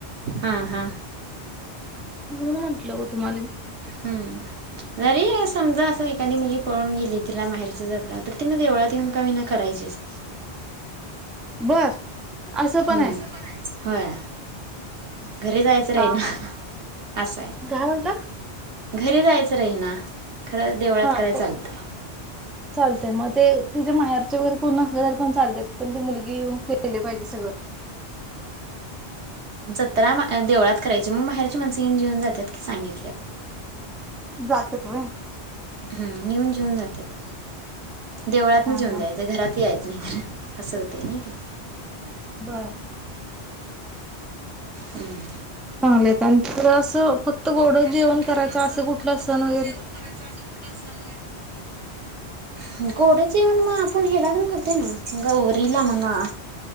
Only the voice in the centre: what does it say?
म्हून म्हंटलं हो तुम्हाला मी,
बर! असं पण
आहे
हा हा
काय म्हटलं
हा
चालतय म ते तुझ्या माहेरच्या वगैर कोण नसले तर चालतय पण ते मुलगी येऊन केले पाहिजे सगळं.
जात्यात होय?
हा
हा.
बरं.
<unintelligible> आलयं ताण पुर असं फक्त गोड
जेवण करायचं
कुठलं
सण
वगैरे